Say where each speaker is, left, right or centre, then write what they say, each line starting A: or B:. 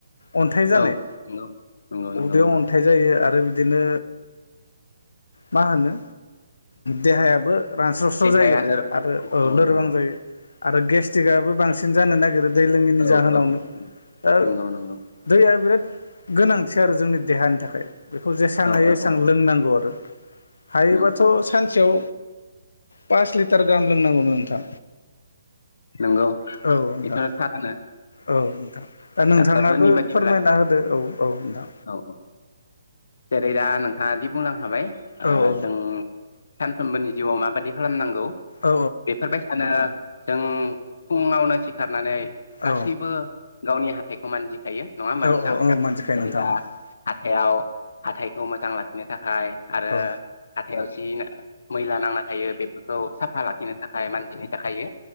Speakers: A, on the left; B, on the left.
A: अन्थाइ जानाय
B: औ नंगौ नंगौ नंगौ
A: उदैयाव अन्थाइ जायो आरो आरो बिदिनो मा होनो देहायाबो रानस्र'स्र'
B: देहाया
A: जायो माने
B: लोर
A: आरो
B: औ औ
A: लोरबां
B: नंगौ
A: जायो आरो गेस्ट्रिकआबो बांसिन जानो नागिरो दै लोङैनि
B: औ
A: जाहोनावनो
B: औ
A: दा
B: नंगौ नंगौ
A: दैया बिराद गोनांथि आरो जोंनि देहानि थाखाय बेखौ जेसां
B: औ
A: हायो
B: औ
A: एसेबां लोंनांगौ आरो हायोबाथ'
B: औ
A: सानसेयाव पास लिटार लिटार गाहाम लोंनांगौनो नोंथां
B: नंगौ
A: औ नोंथां
B: बेथ' थारानो
A: औ नोंथां दा नोंथांनाबो
B: डाक्टरफोरनि बादिब्ला
A: फोरमायना ह फोरमायना होदो औ औ नोंथां
B: औ औ जेरै दा नों नोंथांङा दि बुंलां खाबाय
A: औ
B: ओ
A: औ
B: जों सानफ्रोमबोनि जिउआव माबायदि खालामनांगौ
A: औ
B: बेफोरबायसानो जों फुंङावनो सिखारनानै गासैबो
A: औ
B: गावनि हाथाइखौ मानजिखायो नंङा होमबा
A: औ
B: नोंथां
A: औ मोनथिखायो
B: जेरै
A: नोंथां
B: दा
A: औ
B: हाथायाव हाथायखौ मोजां लाखिनो थाखाय आरो
A: औ
B: हाथायाव जि मैला नांना थायो बेफोरखौ साफा लाखिनो थाखाय मानजिनाय जाखायो